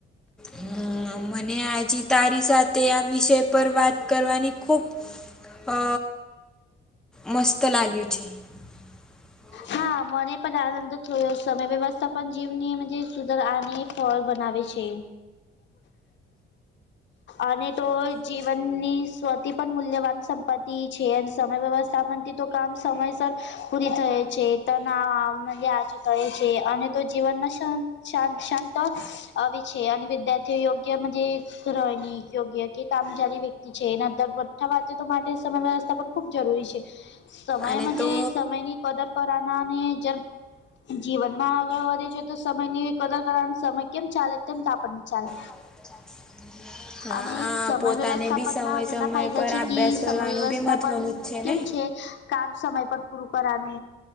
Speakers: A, in the centre; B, on the left.
A: હમ્મ મને આજી તારી સાથે આ વિષય પર વાત કરવાની ખુબ અ મસ્ત લાગે છે. <inaudible>
B: હા મને પણ આનંદ થયો સમય વ્યવસ્થા પણ જીવને મઁજે સુધર અને ફળ બનાવે છે. અને તો જીવનની સ્વતી પણ મૂલ્યવાન સંપત્તિ છે અને સમય વ્યવસ્થા પણનથી તો કામ સમયસર પૂરી થય. છે. તનાવ મઁજે આજે થય છે અને તો જીવનમાં શાંત શાંત શાંત. આવી છે અને વિદ્યાર્થીઓ યોગ્ય મઁજે. ઇસરોની યોગ્ય કે કામ જારી વ્યક્તિ છે એ નંતર બઠ્ઠા વાતે તો માટે સમય વ્યવસ્થા પણ ખૂબ જરૂરી છે સમય
A: અને
B: મઁજે
A: તો
B: સમયની કદર કરવાનાને અને જ જીવન માં આગળ વધી જઇયે તો સમય ની કદરકારા સમય કેમ ચાલે તેમ તાપડ ની ચાલે.
A: <inaudible> હા
B: અને સમય
A: પોતાને
B: વ્યવસ્થાપનના
A: બી સમય
B: ઘણાં
A: સમય
B: ફાયદા
A: પર
B: છે
A: અભ્યાસ
B: કી
A: કરવાનું
B: સમય વ્યવસ્થાપન
A: બી મહત્વનું જ
B: કેમ
A: ને
B: છે. કામ સમય પર પુરુ કરાનુ.